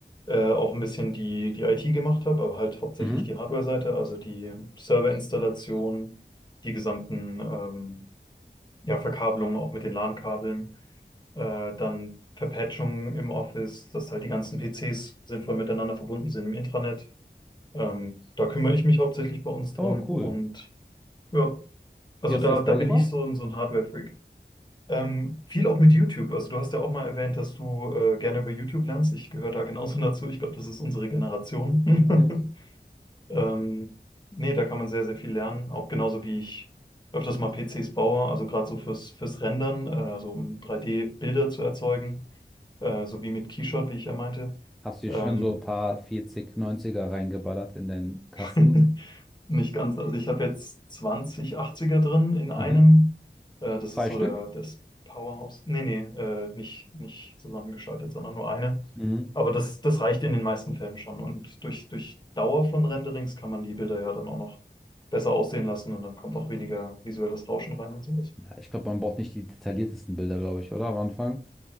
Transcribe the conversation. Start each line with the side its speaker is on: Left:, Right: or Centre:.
Left: äh, auch ein bisschen die, die IT gemacht habe, aber halt hauptsächlich
Centre: Mhm.
Left: die Hardware-Seite, also die Serverinstallation, die gesamten ähm, ja, Verkabelungen auch mit den LAN-Kabeln. äh, dann Verpatchung im Office, dass halt die ganzen PCs sinnvoll miteinander verbunden sind im Intranet. Ähm, da kümmere ich mich hauptsächlich bei uns drum
Centre: Oh, cool.
Left: und ja, also
Centre: Wie hast
Left: da,
Centre: du dir das
Left: da
Centre: beigebracht?
Left: bin ich so ein, so ein Hardware-Freak. Ähm, viel auch mit YouTube. Also du hast ja auch mal erwähnt, dass du äh, gerne über YouTube lernst. Ich gehöre da genauso <laughs> dazu. Ich glaube, das ist unsere Generation.
Centre: Mhm.
Left: <laughs> Ähm, nee, da kann man sehr, sehr viel lernen. Auch genauso wie ich öfters mal PCs baue, also gerade so fürs, fürs Rendern, äh, also um 3D-Bilder zu erzeugen äh, so wie mit Keyshot, wie ich ja meinte.
Centre: Hast du
Left: Ähm,
Centre: dir schön so ein paar 40, 90er reingeballert in den Kasten?
Left: <laughs> nicht ganz. Also ich habe jetzt zwanzig achtziger drin in einem.
Centre: Mhm.
Left: Äh, das
Centre: Zwei
Left: ist so
Centre: Stück?
Left: der, das Powerhouse. Nee, nee, äh, nicht, nicht zusammengeschaltet, sondern nur eine.
Centre: Mhm.
Left: Aber das, das reicht in den meisten Fällen schon. Und durch, durch Dauer von Renderings kann man die Bilder ja dann auch noch besser aussehen lassen und dann kommt auch weniger visuelles Rauschen rein und sowas.
Centre: Ja, ich glaube, man braucht nicht die detailliertesten Bilder, glaube ich, oder? Am Anfang.